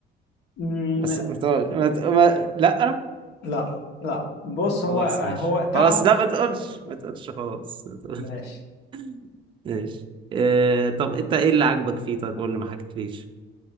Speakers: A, on the left (about 65°); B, on the right (about 25°).
A: أمم،
B: بس ما تقول ما... ت- ما... لأ
A: لا لا بص هو
B: خلاص ماشي
A: هو تعب
B: خلاص لا ما تقولش ما تقولش خلاص ما تقولش
A: ماشي
B: <laughs> ماشي إيه... طب أنت إيه اللي عجبك فيه طيب قول لي ما حكيتليش